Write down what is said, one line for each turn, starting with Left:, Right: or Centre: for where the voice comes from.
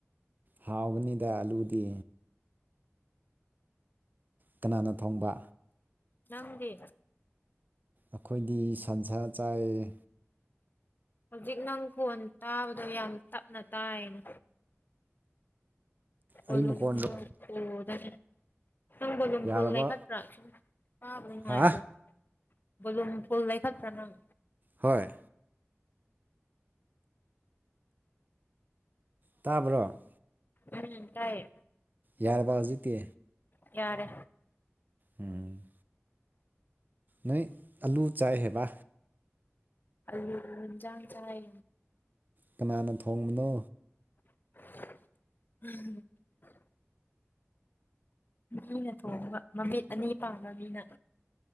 Right: ꯍꯥꯎꯕꯅꯤꯗ ꯑꯜꯂꯨꯗꯤ ꯀꯅꯥꯅ ꯊꯣꯡꯕ
Left: ꯅꯪꯗꯤ
Right: ꯑꯈꯣꯏꯗꯤ ꯁꯟꯁꯥ ꯆꯥꯏꯌꯦ
Left: ꯍꯧꯖꯤꯛ ꯅꯪ ꯀꯣꯟ ꯇꯥꯕꯗꯣ ꯌꯥꯝ ꯇꯞꯅ ꯇꯥꯏꯌꯦ ꯀꯣꯂꯨꯝꯗꯣ
Right: ꯑꯩ ꯃꯈꯣꯟꯗꯣ
Left: ꯄꯨꯗꯩꯅꯦ ꯅꯪ ꯕꯣꯂꯨꯝ
Right: ꯌꯥꯔꯕ
Left: ꯐꯨꯜ ꯂꯩꯈꯠꯇ꯭ꯔꯥꯥ ꯁꯨꯝ ꯇꯥꯕ ꯅꯨꯡꯉꯥꯏꯇꯦ
Right: ꯍꯥ
Left: ꯕꯣꯂꯨꯝ ꯐꯨꯜ ꯂꯩꯈꯠꯄ꯭ꯔꯥ ꯅꯪ
Right: ꯍꯣꯏ ꯇꯥꯕꯔꯣ
Left: ꯎꯝ ꯇꯥꯏꯌꯦ
Right: ꯌꯥꯔꯕ ꯍꯧꯖꯤꯛꯇꯤ
Left: ꯌꯥꯔꯦ
Right: ꯎꯝ ꯅꯣꯏ ꯑꯜꯂꯨ ꯆꯥꯏ ꯍꯥꯏꯕ
Left: ꯑꯜꯂꯨ ꯏꯟꯖꯥꯡ ꯆꯥꯏ
Right: ꯀꯅꯥꯅ ꯊꯣꯡꯕꯅꯣ
Left: <inaudible> ꯃꯤꯅ ꯊꯣꯡꯕ ꯃꯃꯤꯠ ꯑꯅꯤ ꯄꯥꯟꯕ ꯃꯤꯅ